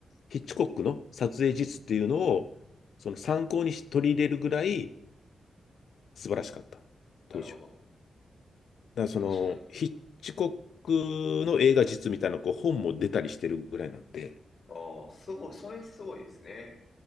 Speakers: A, on the left; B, on the left.
A: ヒッチコックの撮影術っていうのを、その参考にし取り入れるぐらい素晴らしかった、
B: なるほど。
A: 当時は。だからその、
B: 確かに。
A: ヒッチコックの映画実みたいな、こう、本も出たりしてるぐらいなんで、
B: ああ、すごい。それすごいですね。